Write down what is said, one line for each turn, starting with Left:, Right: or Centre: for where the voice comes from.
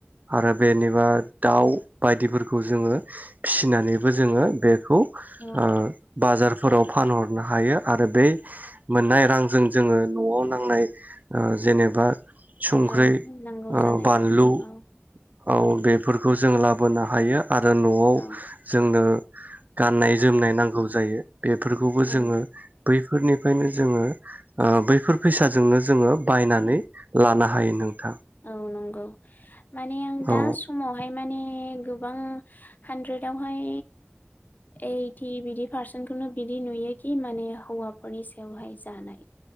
Right: आरो बेनिबा दाउ बायदिफोरखौ जोंङो फिसिनानैबो जोंङो बे खौ
Left: औ
Right: ओ बाजारफोराव फानहरनो हायो आरो बे मोननाय रांजों जोंङो नआव नांनाय ओ जेनेबा सुंख्रि
Left: औ नांगौ
Right: ओ
Left: जानायफोरखौ
Right: बानलु
Left: औ
Right: औ बे बेफोरखौ जों लाबोनो हायो आरो नआव
Left: औ
Right: जोंनो गाननाय जोमनाय नांगौ जायो‌। बेफोरखौबो
Left: औ
Right: जोंङो बैफोरनिफ्रायनो जोंङो ओ बैफोर फैसाजोंनो जोंङो बायनानै लानो हायो नोंथां।
Left: औ नोंगौ माने आं दा
Right: औ
Left: समावहाय माने गोबां हानद्रेदावहाय ओइथि बिदि पारसेन्टखौनो बिदि नुयोखि माने हौवाफोरनि सायावहाय जानाय